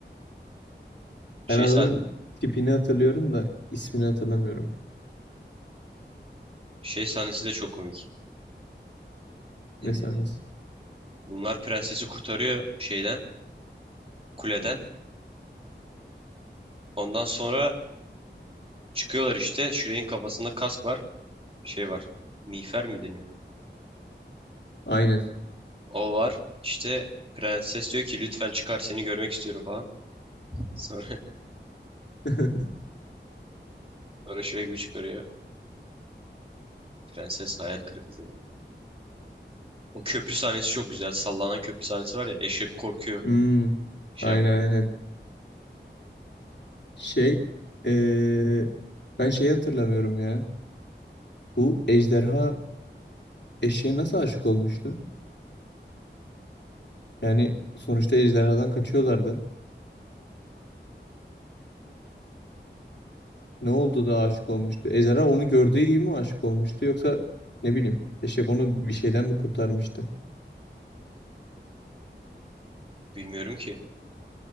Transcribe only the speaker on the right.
Şey,
sahn
şey sahnesi de çok komik. Ee,
Bunlar prensesi kurtarıyor şeyden, kuleden. Ondan sonra çıkıyorlar işte. Shrek'in kafasında kask var. Şey var. Miğfer mi deniyor?
O var. İşte prenses diyor ki lütfen çıkar seni görmek istiyorum falan. <laughs> Sonra,
sonra Shrek bir çıkarıyor. Prenses hayal kırıklığı. O köprü sahnesi çok güzel. Sallanan köprü sahnesi var ya. Eşek korkuyor.
Şey
yapma.
Bilmiyorum ki.